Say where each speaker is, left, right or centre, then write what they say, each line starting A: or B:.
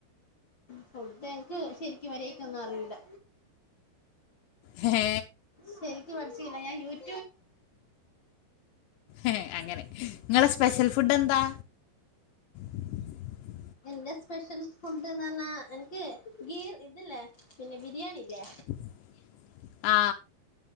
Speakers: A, on the left; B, on the left.
A: ഫുഡ് എന്ക്ക് ശരിക്കും മര്യായ്കൊന്നും അറീല്ല
B: ഏ
A: ശരിക്കും പഠിചീല്ല ഞാൻ യൂറ്റ്
B: എ അങ്ങനെ ഇങ്ങളെ സ്പെഷ്യൽ ഫുഡെന്താ <unintelligible>
A: എന്റെ സ്പെഷ്യൽ ഫുഡ്ന്നർഞ്ഞാ എനിക്ക് ഗീർ ഇത് ല്ലേ പിന്നെ ബിരിയാണില്ലേ
B: <unintelligible> ആ